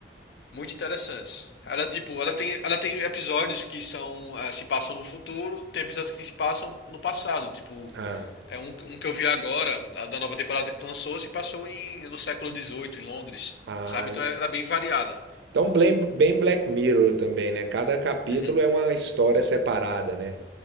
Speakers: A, on the left; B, on the right.
A: muito interessantes. Ela, tipo, ela tem, ela tem episódios que são, é, se passam no futuro, tem episódios que se passam no passado, tipo,
B: ah,
A: é um, um que eu vi agora, da, da nova temporada que lançou, se passou em, no século XVIII, em Londres,
B: ah,
A: sabe? Então ela é bem variada.
B: Então, bem, bem Black Mirror também, né? Cada capítulo
A: Uhum.
B: é uma história separada, né?